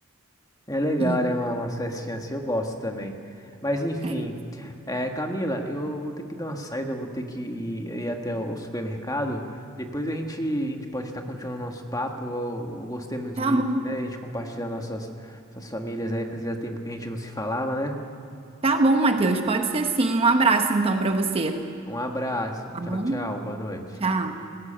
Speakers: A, on the left; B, on the right.
A: É legal,
B: E
A: né? Uma, umas festinhas assim, eu gosto também. Mas enfim,
B: é isso.
A: é, Camila, eu vou ter que dar uma saída, eu vou ter que ir, ir até o supermercado. Depois a gente, a gente pode estar continuando o nosso papo. Eu, eu gostei muito
B: Tá
A: de,
B: bom.
A: né, a gente compartilhar nossas, nossas famílias aí, fazia tempo que a gente não se falava, né?
B: Tá bom, Matheus. Pode ser sim. Um abraço então para você.
A: Um abraço,
B: Tá
A: tchau,
B: bom?
A: tchau, boa noite.
B: Tchau.